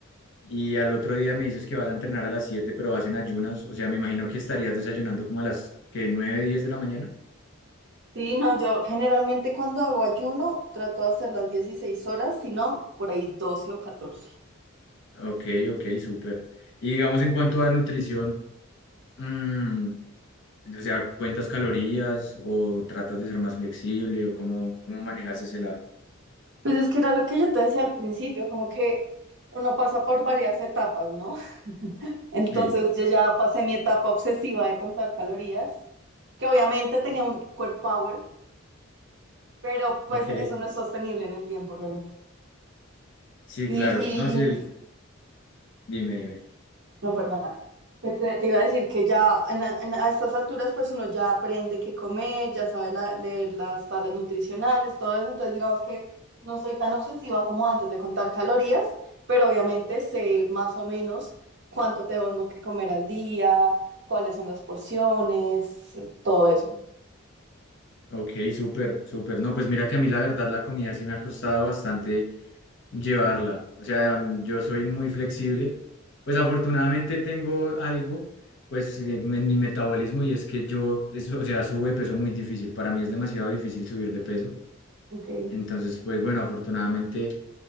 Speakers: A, on the left; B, on the right.
A: y al otro día me dices que vas a entrenar a las 7 pero vas en ayunas, o sea, me imagino que estarías desayunando como a las que 9 10 de la mañana.
B: Sí, no, yo generalmente cuando hago ayuno trato de hacer las 16 horas, si no, por ahí 12 o catorce
A: Ok, ok, súper. Y digamos en cuanto a nutrición, mm, o sea, ¿cuentas calorías o tratas de ser más flexible o cómo, cómo manejas ese lado?
B: Pues es que era lo que yo te decía al principio, como que uno pasa por varias etapas, ¿no? <laughs> Entonces
A: Sí,
B: yo ya pasé mi etapa obsesiva de contar calorías, que obviamente tenía un core power, pero pues
A: ok.
B: eso no es sostenible en el tiempo realmente.
A: Sí,
B: Y,
A: claro. No, sí, el... dime, dime.
B: No, perdona. Que Te, te iba a decir que ya en la- en- a estas alturas pues uno ya aprende qué comer, ya sabe la- leer las tablas nutricionales, todo eso, entonces digamos que no soy tan obsesiva como antes de contar calorías, pero obviamente sé más o menos cuánto tengo que comer al día, cuáles son las porciones, eh, todo eso.
A: Ok, súper, súper. No, pues mira que a mí la verdad la comida sí me ha costado bastante llevarla. O sea, mm, yo soy muy flexible. Pues afortunadamente tengo algo, pues en, en mi metabolismo y es que yo, es- o sea, subo de peso muy difícil. Para mí es demasiado difícil subir de peso.
B: Ok,
A: Entonces, pues bueno, afortunadamente